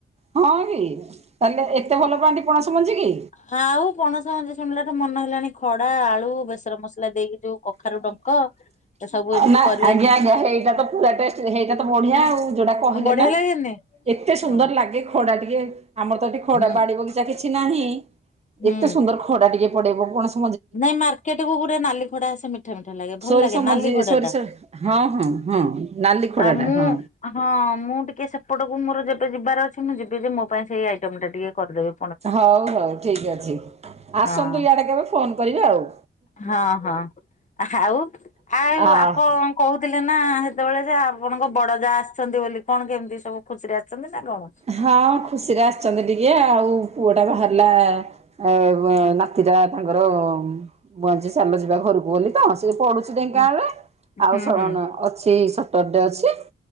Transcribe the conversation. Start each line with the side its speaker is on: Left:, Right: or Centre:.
Right: ହଁ କି ତାହେଲେ ଏତେ ଭଲ ପ୍ରାଧ ପଣାସ ମଞ୍ଜି କି?
Left: ହଁ ଆଉ ପଣସ ମଞ୍ଜି ଶୁଣିଲା ଟୁ ମନ ହେଲାଣି ଖଡା ଆଳୁ ବେସନ ମସଲା ଦେଇକି ଯୋଉ କଖାରୁ ଡଙ୍କ ଏ ସବୁ ଏମିତି
Right: ନା
Left: କରି
Right: ଆଜ୍ଞା ଆଜ୍ଞା ସେଇଟା ତ ପୁରା ସେଇଟା ତ ବଢିଆ ଆଉ ଯୋଉଟା କହିଲେ
Left: ବଢିଆ
Right: ନା।
Left: ଲାଗେନି?
Right: ଏକତେ
Left: ହଁ
Right: ସୁନ୍ଦର ଲାଗେ ଖା ଟିକେ ଆମର ତ ଏଠିକ ଖା
Left: ହୁଁ
Right: ବାଡି ବଗିଚା କିଛି ନାହିଁ
Left: ହୁଁ
Right: ଏତେ ସୁନ୍ଦର ଖଡା ଟିକେ ପଡିବ କଣସି <inaudible>
Left: ନାଇଁ ମାର୍କେଟ କୁ ପୁରା ନାଲି ଖଡା ଆସେ ମିଠା ମିଠା ଲାଗେ ଭଲ
Right: ସୋରିଷ
Left: ଲାଗେ
Right: ମଞ୍ଜି
Left: ନାଲି ଖଡା
Right: ସୋରିଷ
Left: ଟା।
Right: ହଁ ହଁ ହଁ ନାଲି ଖୋଡ଼ଟା
Left: ଆଉ ମୁଁ
Right: ହଁ।
Left: ହଁ ମୁଁ ଟିକେ ସେପଟକୁ ମୋର ଯେବେ ଯିବାର ଅଛି ମୁଁ ଯିବି ଯେ ମୋ ପାଇଁ ସେଇ ଆଇଟମ ଟା ଟିକେ କରିଦେବି।
Right: ହଉ ହଉ ଠିକ ଅଛି ଆସନ୍ତୁ
Left: ହଁ।
Right: ଇଆଡେ କେବେ ଫୋନ କରେ ଆଉ।
Left: ହଁ ହଁ ଆଉ ଆଉ
Right: ଆ
Left: ଆପଣ କହୁଥିଲେ ନା ସେତେବେଳେ ଯେ ଆପଣଙ୍କ ବଡ ଯାହା ଆସିଛନ୍ତି ବୋଲି କଣ କେମିତି ସବୁ ଖୁସିରେ ଆସିଛନ୍ତି ନା କଣ?
Right: ହଁ ଖୁସିରେ ଆସିଛନ୍ତି ଟିକେ ଆଉ ପୁଅ ଟା ବାହାରିଲା ଏ ନାତିଟା ତାଙ୍କର ବଆଜି ସାଲ ଯିବା ଘରକୁ ଗଲି ତ ସେ ପଢୁ ଢେଙ୍କାନାଳରେ
Left: ହୁଁ
Right: ଆଉ
Left: ହୁଁ
Right: ଶରଣ
Left: ହୁଁ
Right: ଅଛି ସଟର୍ଡେ ଅଛି।